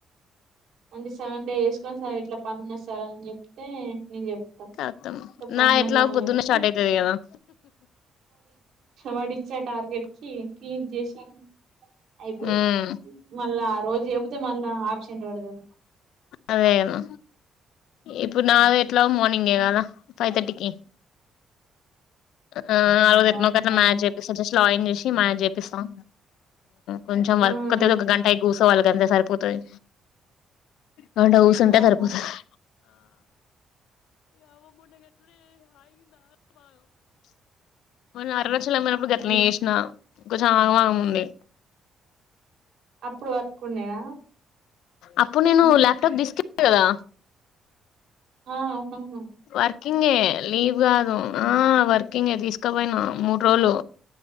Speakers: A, on the right; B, on the left.
A: అండ్ సెవెన్ డేస్ సార్ ఇట్లా పని ఉంది సార్ అని చెప్తే నేను చెప్తా
B: కాతం
A: ఇట్లా పని
B: నా
A: ఉన్నది
B: ఎట్లా
A: సార్ అని
B: పొద్దున్న
A: చెప్తే
B: షార్ట్ అయితది కదా
A: వాడు ఇచ్చే టార్గెట్ కి క్లీన్ చేసి అయిపోద్ది
B: ఉమ్
A: మళ్ళా ఆ రోజు అయిపోతే మళ్ళా ఆప్షెంట్ పడదు
B: అదేనా ఇప్పుడు నాది ఎట్లాగో మార్నింగే కదా ఫైవ్ తర్టీకి ఆ ఆలుగు
A: మార్నింగ్
B: గట్ల మాకు ఒక
A: అవునా
B: మ్యాచ్ చేపిస్తరు జస్ట్ లాయింగ్ చేసి షీ మాయ జేపిస్తాం కొంచెం
A: ఉమ్
B: వర్క్ అతే ఒక గంట అయి కూ సవాల్ కంద సరిపోతది గంట కూసుంటే
A: ఆహా
B: సరిపోతది <unintelligible> మొన్న అరుణాచలం పోయినపుడు గట్ల
A: లే
B: నె చేసిన కొంచెం ఆగమాగం ఉంది
A: అప్పుడు వరకు ఉండేనా
B: అప్పుడు నేను ల్యాప్టాప్ దీస్ కదా
A: ఆ అవునువును
B: వర్కింగ్ ఏ లీవ్ కాదు హ వర్కింగే తీసుకపోయినా మూడు రోజులు